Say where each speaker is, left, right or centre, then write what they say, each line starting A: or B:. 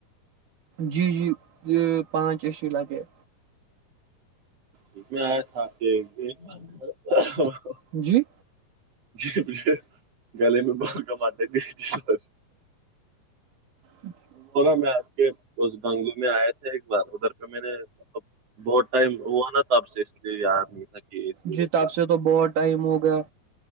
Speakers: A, on the right; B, on the right.
A: جی جی یہ پانچ اے سی لگے ہیں
B: جی میں آیا تھا آپ کے یہاں ایک بار
A: جی
B: جی پیچھے گلے میں بہت
A: اچ <unintelligible>
B: میں آپ کے اس بنگلو میں آئے تھے ایک بار ادھر کا میں نے بہت ٹائم وہ نا تو اب سے اس لیے یاد نہیں تھا کہ اے سی
A: جی
B: ہے کیا
A: تب سے تو بہت ٹائم ہوگیا